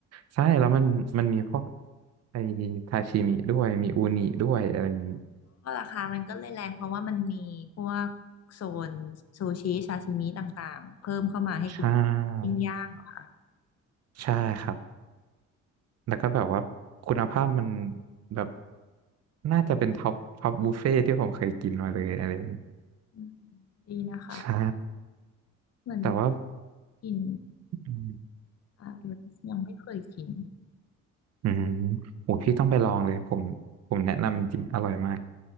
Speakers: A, on the right; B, on the left.
A: ใช่แล้วมันมันมีพวกไอทาชิมิด้วยมีอูนิด้วยอะไรอย่างนี้
B: ก็ราคามันก็เลยแรงเพราะว่ามันมีพวกโซนซูชิชาชิมิต่างๆเพิ่มเข้ามาให้กิน
A: ใช่
B: ปิ้งย่างเหรอคะ
A: ใช่ครับ แล้วก็แบบว่าคุณภาพมันแบบน่าจะเป็นท็อปท็อปบุฟเฟ่ที่ผมเคยกินมาเลยอะไรแบบนี้
B: อืมดีนะคะ
A: ใช่
B: เหมือนบุก
A: แต่ว่า
B: กิน
A: อืม
B: อ่ายังไม่เคยกิน
A: อืมโอ้พี่ต้องไปลองเลยผมผมแนะนำจริงๆอร่อยมาก